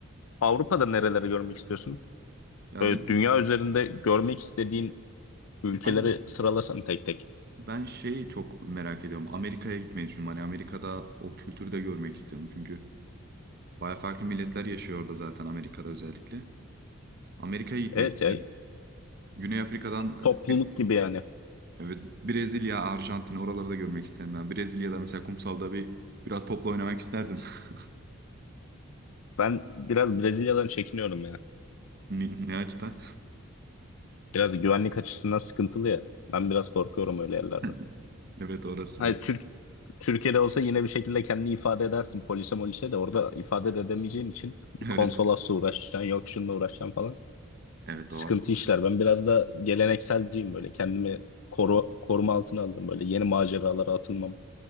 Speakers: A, on the left; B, on the right.
A: Avrupa'da nereleri görmek istiyorsun?
B: ya
A: Böyle
B: dedim
A: dünya üzerinde görmek istediğin ülkeleri
B: ben
A: sıralasan tek tek.
B: ben şeyi çok merak ediyorum. Amerika'ya gitmeyi düşünüyorum. Hani Amerika'da o kültürü de görmek istiyorum. Çünkü Baya farklı milletler yaşıyor orada zaten Amerika'da özellikle. Amerika'ya gitmek
A: Evet
B: isterim.
A: ya
B: Güney Afrika'dan
A: Topluluk
B: e, bir,
A: gibi yani.
B: evet, Brezilya, Arjantin oraları da görmek isterim ben. Brezilya'da mesela kumsalda bir biraz topla oynamak isterdim. <laughs>
A: Ben biraz Brezilya'dan çekiniyorum ya.
B: Ne, ne açıdan?
A: Biraz güvenlik açısından sıkıntılı ya. Ben biraz korkuyorum öyle yerlerden.
B: <laughs> Evet orası.
A: Hani Türk, Türkiye'de olsa yine bir şekilde kendini ifade edersin polise molise de orada ifade de edemeyeceğin için
B: Evet.
A: konsolosla uğraşacaksın yok şununla uğraşacaksın falan.
B: Evet
A: Sıkıntı
B: o.
A: işler. Ben biraz da gelenekselciyim böyle. Kendimi koru, koruma altına alırım böyle. Yeni maceralara atılmam